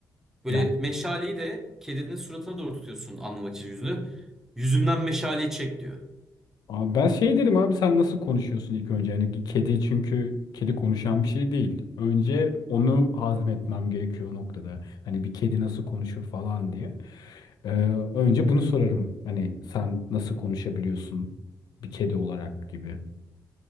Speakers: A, in the centre; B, on the left.
A: Böyle
B: Yani
A: meşaleyi de kedinin suratına doğru tutuyorsun anlamak için yüzünü. Yüzümden meşaleyi çek diyor.
B: abi ben şey derim abi sen nasıl konuşuyorsun ilk önce? Yani kedi çünkü kedi konuşan bir şey değil. Önce onu hazmetmem gerekiyor o noktada. Hani bir kedi nasıl konuşur falan diye. Ee, önce bunu sorarım. Hani sen nasıl konuşabiliyorsun bir kedi olarak gibi.